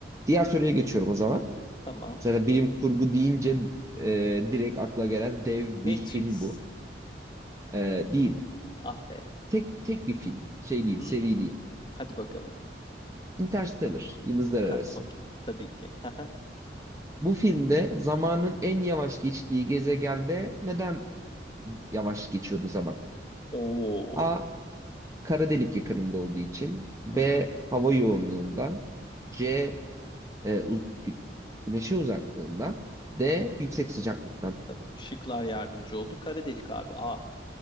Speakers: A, on the right (about 15°); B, on the left (about 25°).
A: diğer soruya geçiyorum o zaman.
B: Tamam.
A: Zaten bilim kurgu deyince e, direkt akla gelen dev
B: Matrix.
A: bir film bu. E, değil.
B: Ah be.
A: Tek tek bir film. Şey değil,
B: Hmm,
A: seri değil.
B: hadi bakalım. <laughs>
A: Interstellar, Yıldızlar Arası.
B: Ha, okey. Tabii ki. <laughs>
A: Bu filmde zamanın en yavaş geçtiği gezegende neden yavaş geçiyordu zaman?
B: Oo.
A: A. Kara delik yakınında olduğu için. B.
B: Hı hı.
A: Hava yoğunluğundan. C. E, uz- gü- güneşin uzaklığından. D.
B: Hı hı.
A: Yüksek sıcaklıktan.
B: Tamam. Şıklar yardımcı oldu. Kara delik abi. Aa.